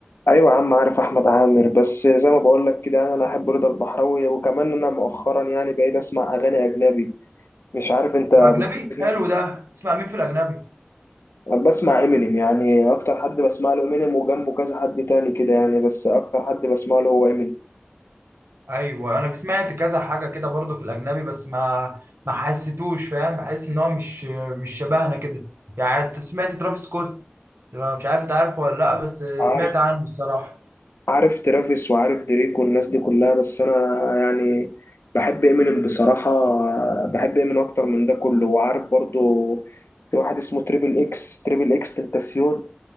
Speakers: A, on the left; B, on the right.
A: ايوه يا عم عارف احمد عامر بس زي ما بقول لك كده انا احب رضا البحراوي وكمان انا مؤخرا يعني بقيت اسمع اغاني اجنبي مش عارف انت بتحب
B: الاجنبي حلو
A: تسمع
B: ده تسمع مين في الاجنبي
A: بسمع امينيم يعني اكتر حد بسمع له امينيم وجنبه كذا حد تاني كده يعني بس اكتر حد بسمع له هو امينيم
B: ايوه انا سمعت كذا حاجه كده برضه في الاجنبي بس ما ما حسيتوش فاهم بحس ان هو مش مش شبهنا كده يعني أنت سمعت ترافيس سكوت مش عارف انت عارفه ولا لا بس
A: عارف
B: سمعت عنه الصراحه
A: عارف ترافيس وعارف دريك والناس دي كلها بس انا يعني بحب امينيم بصراحه بحب امينيم اكتر من ده كله وعارف برضو في واحد اسمه تريبل اكس تريبل اكس تنتاسيون